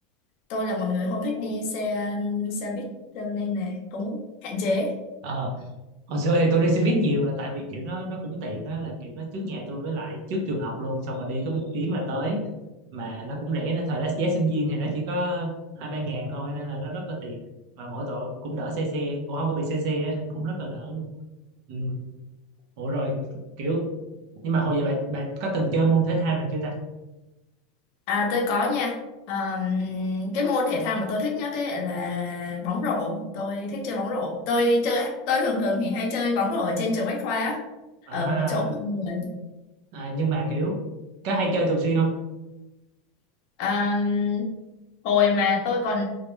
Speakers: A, on the left; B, on the right.
A: tôi là một người không thích đi xe xe buýt cho nên là cũng hạn chế.
B: ờ. hồi xưa thì tôi đi xe buýt nhiều là tại vì kiểu nó nó cũng tiện á là kiểu nó trước nhà tôi với lại trước trường học luôn xong rồi đi có một chuyến là tới mà nó cũng rẻ nên thời đó giá sinh viên thì nó chỉ có hai ba ngàn thôi nên là nó rất là tiền mà mỗi tội cũng đỡ xe xe cũng không có bị xe xe á, nên cũng rất là đỡ luôn ừ. Ủa rồi kiểu nhưng mà hồi giờ bạn bạn có từng chơi môn thể thao nào chưa ta
A: À, tôi có nha. À, cái môn thể thao mà tôi thích nhất ấy là bóng rổ. Tôi thích chơi bóng rổ. Tôi chơi, tôi thường thường thì hay chơi bóng rổ ở trên trường Bách Khoa á,
B: à,
A: ở chỗ của người.
B: à nhưng mà kiểu có hay chơi thường xuyên không
A: À, hồi mà tôi còn